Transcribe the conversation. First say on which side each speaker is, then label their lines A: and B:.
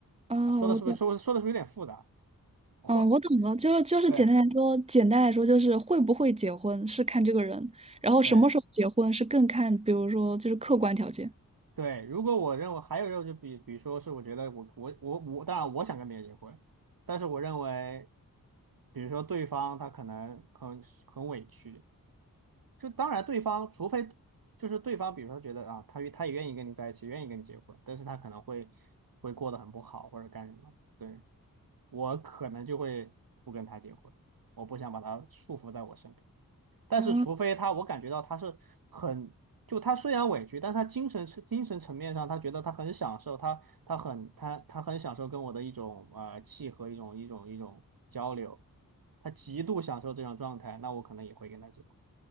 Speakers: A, on the right; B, on the right.
A: 哦，
B: 啊，说的是不是说说的是不是有点复杂？
A: 我懂，
B: 或
A: 嗯，我懂了，就是就是简单来说，
B: 对
A: 简单来说就是会不会结婚是看这个人，然后什么时候结婚是更看，
B: 对
A: 比如说就是客观条件。
B: 对，如果我认为还有一种就比比如说是我觉得我我我我，当然我想跟别人结婚，但是我认为，比如说对方他可能很很委屈，就当然对方除非。就是对方，比如说觉得啊，他他也愿意跟你在一起，愿意跟你结婚，但是他可能会会过得很不好或者干什么。对，我可能就会不跟他结婚，我不想把他束缚在我身边。但是，
A: 啊，
B: 除非他，我感觉到他是很，就他虽然委屈，但他精神精神层面上，他觉得他很享受，他他很他他很享受跟我的一种呃契合，一种一种一种交流，他极度享受这种状态，那我可能也会跟他结婚。